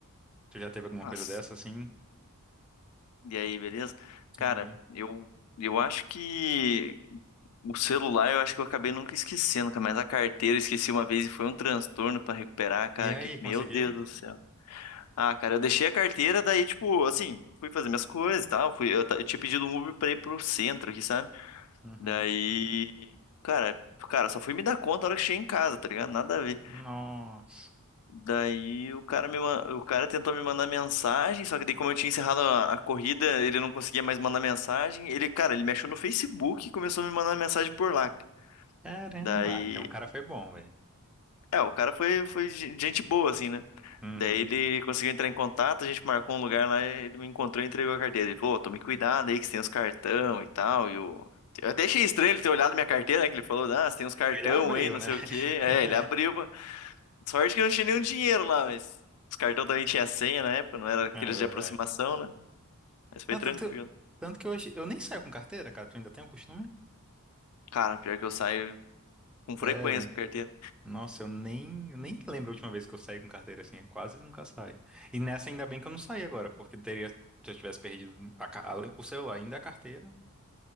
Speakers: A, in the centre; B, on the left.
A: Tu já teve alguma
B: Nossa.
A: coisa dessa assim?
B: E aí, beleza? Cara,
A: E aí,
B: eu, eu acho que o celular eu acho que eu acabei nunca esquecendo, cara, mas a carteira eu esqueci uma vez e foi um transtorno pra recuperar, cara,
A: E aí,
B: que
A: conseguiu?
B: meu Deus do céu. Ah, cara, eu deixei a carteira, daí, tipo, assim, fui fazer minhas coisas e tal, fui, eu, ta- eu tinha pedido um Uber pra ir pro centro aqui, sabe?
A: Uhum.
B: Daí, cara, cara, só fui me dar conta na hora que cheguei em casa, tá ligado? Nada a ver.
A: Nossa.
B: Daí o cara me, ma- o cara tentou me mandar mensagem, só que daí como eu tinha encerrado a, a corrida, ele não conseguia mais mandar mensagem. Ele, cara, ele me achou no Facebook e começou a me mandar mensagem por lá.
A: Caramba,
B: Daí,
A: ah, então o cara foi bom, velho.
B: é, o cara foi foi gen- gente boa assim, né?
A: Uhum.
B: Daí ele conseguiu entrar em contato, a gente marcou um lugar lá, ele me encontrou e entregou a carteira. Ele falou, "Ô, tome cuidado aí que você tem os cartão e tal, e o Eu até achei estranho ele ter olhado minha carteira, né? Que ele falou, ah, você tem uns cartão
A: Ele abriu,
B: aí, não
A: né?
B: sei o quê. É,
A: <laughs>
B: ele abriu. Sorte que não tinha nenhum dinheiro lá, mas os cartões também tinha senha na época, não era aqueles
A: É verdade.
B: de aproximação, né? Mas foi
A: Não,
B: tranquilo.
A: tanto, tanto que hoje eu nem saio com carteira, cara. Tu ainda tem o costume?
B: Cara, pior que eu saio com frequência
A: Sério?
B: com carteira.
A: Nossa, eu nem, eu nem lembro a última vez que eu saí com carteira assim. Eu quase nunca saio. E nessa, ainda bem que eu não saí agora, porque teria, se eu tivesse perdido a ca- a- o celular, ainda a carteira.